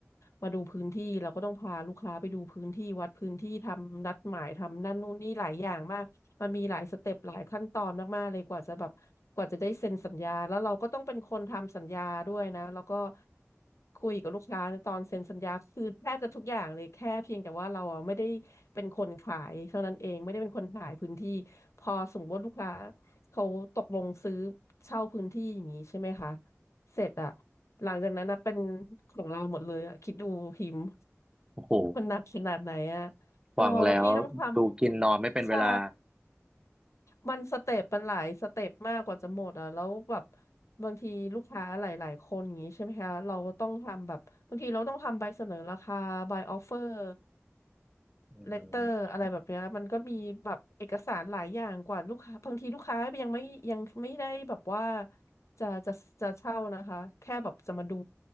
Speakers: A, on the left; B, on the right.
A: มาดูพื้นที่เราก็ต้องพาลูกค้าไปดูพื้นที่วัดพื้นที่ทำนัดหมายทำนั่นนู่นนี่หลายอย่างมากมันมีหลายสเต็ปหลายขั้นตอนมากๆเลยกว่าจะแบบกว่าจะได้เซ็นสัญญาแล้วเราก็ต้องเป็นคนทำสัญญาด้วยนะแล้วก็คุยกับลูกค้าตอนเซ็นสัญญาคือแทบจะทุกอย่างเลยแค่เพียงแต่ว่าเราอะไม่ได้เป็นคนขายเท่านั้นเองไม่ได้เป็นคนขายพื้นที่พอสมมติว่าลูกค้าเขาตกลงซื้อเช่าพื้นที่อย่างนี้ใช่ไหมคะ เสร็จอะหลังจากนั้นนะเป็นของเราหมดเลยอะคิดดูพิมพ์
B: โอ้โห
A: มันหนักขนาดไหนอะโอ้แล้วพี่ต้องท
B: ฟังแล้วดูกินนอนไม่เป็นเวลา
A: ำใช่มันสเต็ปมันหลายสเต็ปมากกว่าจะหมดอ่ะแล้วแบบบางทีลูกค้าหลายๆคนอย่างนี้ใช่ไหมคะเราก็ต้องทำแบบบางทีเราต้องทำใบเสนอราคาใบออฟเฟอร์
B: อืม
A: เลตเตอร์อะไรแบบเนี้ยมันก็มีแบบเอกสารหลายอย่างกว่าลูกค้าบางทีลูกค้ายังไม่ยังไม่ได้แบบว่าจะจะจะเช่านะคะแค่แบบจะมาดู